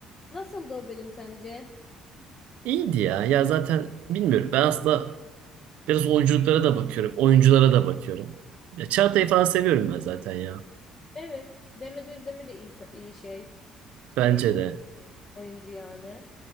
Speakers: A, on the left (about 35°); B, on the right (about 60°).
A: Nasıldı o bölüm sence?
B: İyiydi ya. Ya zaten bilmiyorum. Ben aslında biraz oyunculuklara da bakıyorum. Oyunculara da bakıyorum. Ya Çağatay'ı falan seviyorum ben zaten ya.
A: Evet. Demet Özdemir de iyi, iyi şey. Şey
B: Bence de.
A: oyuncu yani.